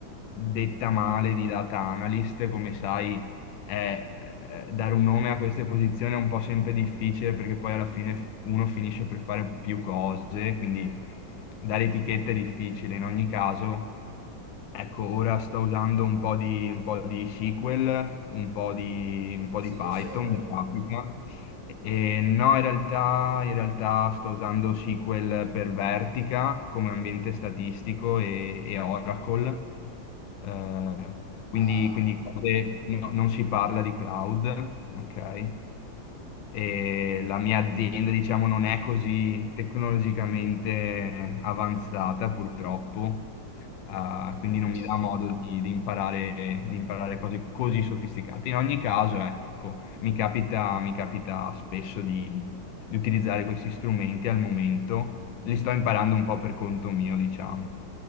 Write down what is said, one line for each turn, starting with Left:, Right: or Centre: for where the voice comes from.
Left: detta male di data analyst, come sai, è- eh, dare un nome a queste posizioni è un po' sempre difficile perché poi alla fine f- uno finisce per fare più cose, quindi dare etichetta è difficile in ogni caso. Ecco, ora sto usando un po' di, un po' di SQL, un po' di, un po' di
Right: SQL
Left: Python,
Right: Server?
Left: mi capita. E no, in realtà, in realtà sto usando SQL per Vertica come ambiente statistico e, e Oracle. Eh, quindi,
Right: Ah,
Left: quindi cose- no- non si parla di cloud, ok? E la mia azienda, diciamo, non è così tecnologicamente avanzata, purtroppo. Ah,
Right: ho capito.
Left: quindi non mi dà modo di, di imparare, di imparare cose così sofisticate. In ogni caso, ecco, mi capita, mi capita spesso di, di utilizzare questi strumenti al momento, li sto imparando un po' per conto mio, diciamo.